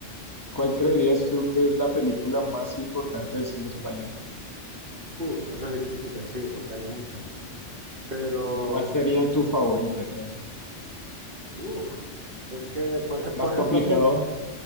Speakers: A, on the left; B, on the right.
A: ¿Cuál creerías tú que es la película más importante del cine español?
B: Uf, eso es difícil decir porque hay muchas. Pero,
A: ¿O cuál sería tu favorita entonces?
B: uf, es que, por ejemplo,
A: ¿Más
B: por
A: complicado?
B: ejemplo, a mí el, ci-